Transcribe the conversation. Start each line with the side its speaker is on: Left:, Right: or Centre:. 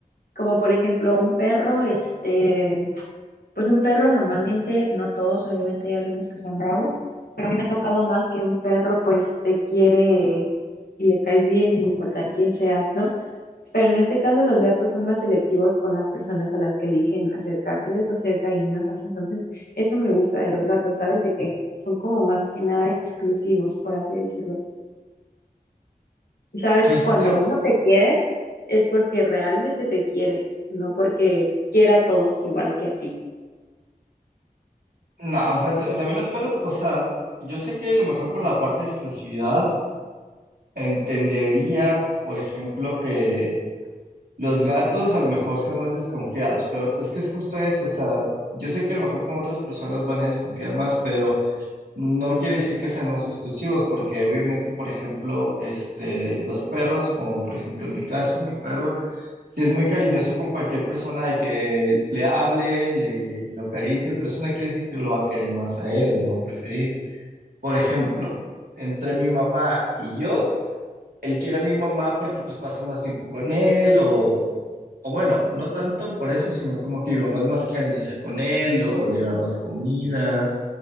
Left: Como por ejemplo un perro, este pues un perro normalmente, no todos, obviamente hay algunos que son bravos, pero a mí me ha tocado más que un perro pues te quiere y le caes bien sin importar quién seas, ¿no? Pero en este caso los gatos son más selectivos con las personas a las que eligen acercárseles o ser cariñosas, entonces eso me gusta de los gatos, ¿sabes? De que son como más que nada exclusivos, por así decirlo. Y sabes
Right: Pues
Left: que cuando
Right: tam-
Left: uno te quiere es porque realmente te quiere, no porque quiera a todos igual que a ti.
Right: No, fue- ta- también los perros, o sea, yo sé que a lo mejor por la parte de exclusividad entendería, por ejemplo, que los gatos a lo mejor sean más desconfiados, pero es que es justo eso, o sea, yo sé que a lo mejor con otras personas van a desconfiar más, pero no quiere decir que sean más exclusivos, porque obviamente, por ejemplo, este, los perros, o por ejemplo en mi caso, mi perro, sí es muy cariñoso con cualquier persona de que le hable, le lo acaricie, pero eso no quiere decir que lo va a querer más a él o lo va a preferir. Por ejemplo, entre mi mamá y yo, él quiere a mi mamá porque pues pasa más tiempo con él o, o bueno, no tanto por eso, sino como que mi mamá es más cariñosa con él o le da más comida,